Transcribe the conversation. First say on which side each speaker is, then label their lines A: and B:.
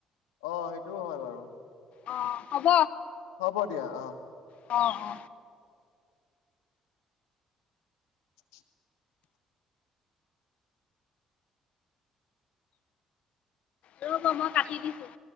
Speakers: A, on the left; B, on the left.
A: অ সেইটোও হয় বাৰু।
B: অ হ'ব
A: হ'ব দিয়া অ।
B: অ অ
A: <unintelligible>
B: ৰব মই কাটি দিছো।